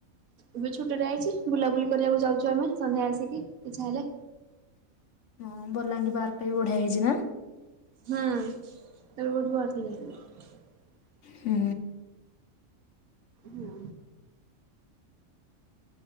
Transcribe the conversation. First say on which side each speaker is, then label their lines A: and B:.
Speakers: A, on the right (about 80°); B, on the left (about 60°).
A: ଏବେ ଛୁଟିରେ ଆଇଚି ବୁଲାବୁଲି କରିବାକୁ ଯାଉଚୁ ଆମେ ସନ୍ଧ୍ୟା ଆସିକି ଇଛା ହେଲେ
B: ହଁ ବଲାଙ୍ଗୀ ପାର୍କ ଟା ବି ବଢିଆ ହେଇଚି ନା?
A: ହୁଁ <unintelligible>
B: ହୁଁ।
A: ହଁ